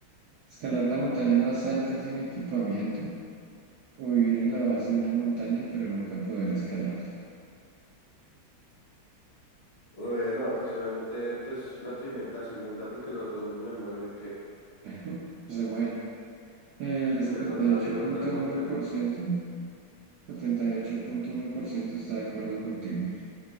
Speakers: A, on the right; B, on the left.
A: ¿Escalar la montaña más alta sin equipamiento o vivir en la base de una montaña pero nunca poder escalarla?
B: Eh, no, pues obviamente, pues la prime- la segunda, porque la otra me muero y qué.
A: <laughs> Se
B: Sí.
A: muere. El
B: Que
A: setenta
B: En vez la otra
A: setenta y y ocho
B: vivo
A: ocho punto
B: en la montañita.
A: punto uno uno por ciento, setenta y ocho punto uno por ciento está de acuerdo contigo.